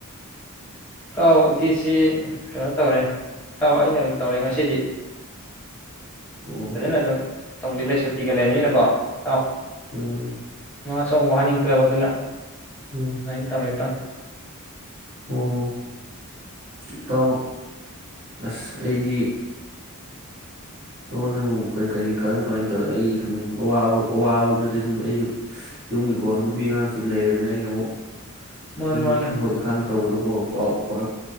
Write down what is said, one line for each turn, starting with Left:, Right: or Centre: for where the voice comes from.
Centre: ꯇꯥꯎ ꯎꯇꯤꯁꯤ ꯀꯩꯅꯣ ꯇꯧꯔꯦ ꯇꯥꯎ ꯑꯩꯅ ꯑꯗꯨꯝ ꯇꯧꯔꯦ ꯉꯁꯤꯗꯤ
Right: ꯑꯣ
Centre: ꯐꯖꯅ ꯑꯗꯨꯝ ꯇꯧꯖꯤꯜꯂꯦ ꯁꯨꯇꯤꯒ ꯂꯩꯕꯅꯤꯅꯀꯣ ꯑꯥ
Right: ꯎꯝ
Centre: ꯁꯣꯝ ꯋꯥꯍꯟꯅꯤꯡꯗ꯭ꯔꯕ ꯑꯗꯨꯅ
Right: ꯎꯝ
Centre: ꯑ ꯇꯋꯦ ꯇ
Right: ꯑꯣ ꯏꯇꯥꯎ ꯑꯁ ꯑꯩꯗꯤ ꯅꯉꯣꯟꯅ ꯁꯨꯝ ꯀꯔꯤ ꯀꯔꯤ ꯀꯔꯝ ꯀꯃꯥꯏꯅ ꯇꯧ ꯑꯩ ꯁꯨꯝꯕ ꯑꯋꯥꯕ ꯅꯠꯇꯦ ꯁꯨꯝ ꯑꯩꯁꯨ ꯌꯨꯝꯒꯤꯀꯣ ꯅꯨꯄꯤ ꯑꯉꯥꯡꯁꯨ ꯂꯩꯔꯕꯅꯤꯅ ꯑꯩꯅ ꯑꯃꯨꯛ
Centre: ꯃꯥꯅꯤ
Right: ꯌꯨꯝꯒꯤ
Centre: ꯃꯥꯅꯤ
Right: ꯊꯕꯛ ꯏꯪꯈꯥꯡ ꯇꯧꯕꯗꯀꯣ ꯄꯥꯛ ꯄꯥꯛ